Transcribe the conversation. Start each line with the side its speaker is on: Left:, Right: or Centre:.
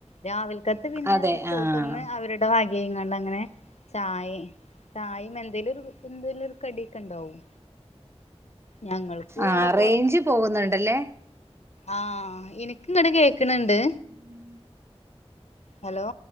Left: രാവിൽത്തേക്ക് പിന്നെ
Right: അതെ
Left: റിസോർട്ട്ന്ന്
Right: ആഹ്
Left: അവരുടെ വകയിങ്ങാണ്ടങ്ങനെ ചായേം ചായയും എന്തേലും ഒരു എന്തെലുവൊരു കടിയക്കെ ണ്ടാവും ഞങ്ങൾക്ക്
Right: ആഹ്
Left: അവിടെ
Right: റേഞ്ച്
Left: പോയ
Right: പോകുന്നൊണ്ടല്ലേ
Left: ആഹ് ഇനിക്ക് ഇങ്ങോട്ട് കേക്കണണ്ട്
Right: ഉം
Left: ഹലോ